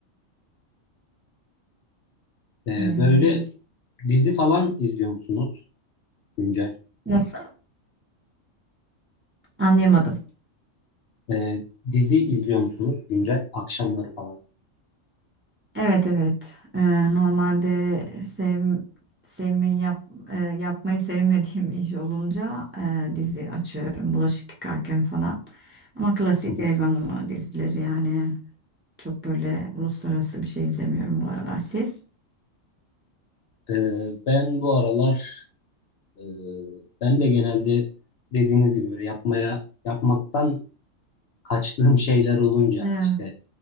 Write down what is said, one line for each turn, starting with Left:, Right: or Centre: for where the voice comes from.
Left: Ee,
Right: Eee,
Left: böyle dizi falan izliyor musunuz güncel?
Right: nasıl? Anlayamadım.
Left: Ee, dizi izliyor musunuz güncel? Akşamları falan.
Right: Evet evet. Ee, normalde sev, sevmeyi yap, e, yapmayı sevmediğim iş olunca e, dizi açıyorum. Bulaşık yıkarken falan. Ama klasik
Left: Hı hı.
Right: ev hanımı dizileri yani çok böyle uluslararası bir şey izlemiyorum bu aralar. Siz?
Left: Ee, ben bu aralar e, ben de genelde dediğiniz gibi böyle yapmaya yapmaktan kaçtığım <laughs> şeyler olunca
Right: Ee,
Left: işte